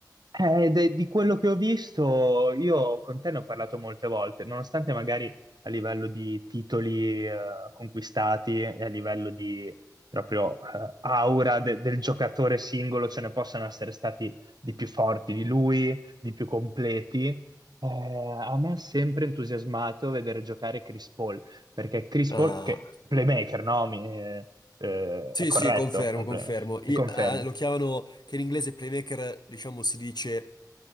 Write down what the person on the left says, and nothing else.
Ah.
Sì,
sì, confermo,
confermo.
I-
eh, lo chiamano, che in inglese playmaker, diciamo, si dice